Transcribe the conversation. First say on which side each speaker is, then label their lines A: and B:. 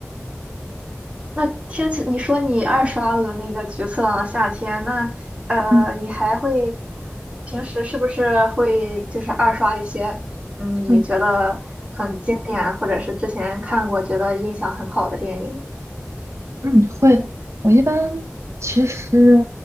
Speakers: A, on the right; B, on the right.
A: 那听起你说你二刷了那个《橘色的夏天》，那呃，
B: 嗯。
A: 你还会平时是不是会就是二刷一些嗯你觉得很经典，
B: 嗯
A: 或者是之前看过觉得印象很好的电影？
B: 嗯，会的。我一般其实